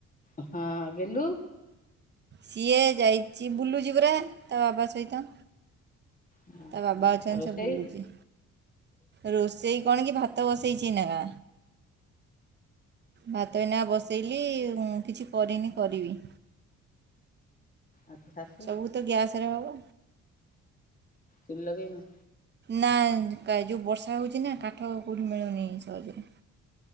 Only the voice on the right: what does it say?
ସିଏ ଯାଇଚି ବୁଲୁଚି ପରା ତା ବାବା ସହିତ।
ତା ବାବା ଅଛନ୍ତି
ସେ ବୁଲୁଚି ରୋଷେଇ କଣ କି ଭାତ ବସେଇଚି ଏନାକା। ଭାତ ଏଇନା ବସେଇଲି ଉଁ କିଛି କରିନି କରିବି।
ସବୁ ତ ଗ୍ୟାସରେ ହବ।
ନା କା ଯୋଉ ବର୍ଷା ହୋଉଚି ନା କାଠ କୋଉଠି ମିଳୁନି ସହଜରେ।